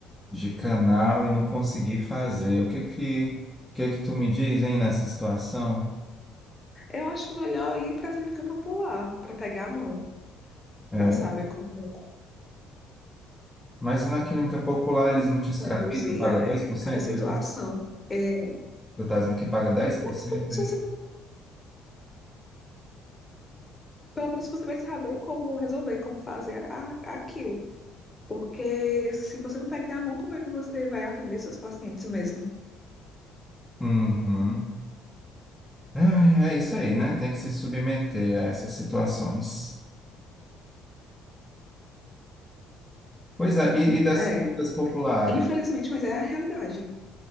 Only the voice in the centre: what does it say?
de canal e não conseguir fazer. O que que, o que que tu me diz, hein, nessa situação?
É,
mas na clínica popular eles não te escravizam,
paga
10%,
né?
Tu tá dizendo que paga dez por
cento
aí?
Uhum. Ai, é isso aí, né? Tem que se submeter a essas situações. Pois é, e, e das
clínicas populares?